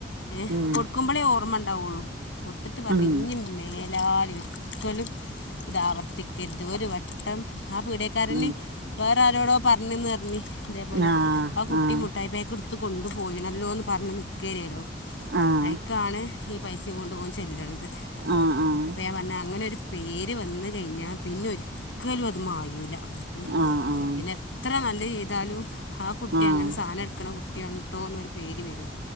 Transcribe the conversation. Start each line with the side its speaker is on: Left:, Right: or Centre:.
Left: ഏ
Right: ഉം
Left: കൊടുക്കുമ്പോളേ ഓർമ്മ ഉണ്ടാവുള്ളൂ കൊടു ട്ട് പറഞ്ഞഞ്
Right: ഉം
Left: ഇും മേല ഒരിക്കലും ഇത ആവർത്തിക്കരുത് ഒരു വട്ടം ആ പീഡക്കാരന്
Right: ഉം
Left: വേറെ ആരോടോ പറഞ്ഞ് ന്ന് പറഞ്ഞ് അതേപോലെ
Right: ആഹ്
Left: ആ കുട്ടി
Right: ആഹ്
Left: മുട്ടായി പാക്കെടുത്ത് കൊണ്ടു പോയിണല്ലോ എന്ന് പറഞ്ഞ് നിൽക്കരേല്ലോ
Right: ആഹ്
Left: ഐക്കാണ് ഈ പൈസയും കൊണ്ട് ഓൻ ചെല്ലണത്
Right: ആഹ് ആഹ്
Left: അപ്പ ഞൻ പറഞ്ഞാ അങ്ങനെരു പേര് വന്ന് കഴിഞ്ഞാൽ പിന്നെ ഒരിക്കലും അത് മായൂല്ല ഉ
Right: ആഹ് ആഹ്
Left: പിന്നെ എത്ര നല്ല ചെയ്താലും ആ കുട്ടി
Right: ആഹ്
Left: അങ്ങനെ സാധനം എടുക്കണ കുട്ടിയട്ടോ എന്നൊരു പേര് വരും